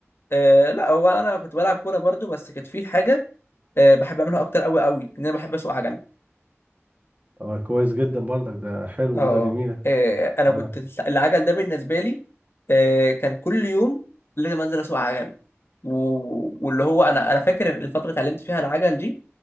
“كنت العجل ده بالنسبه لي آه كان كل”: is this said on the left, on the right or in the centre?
Left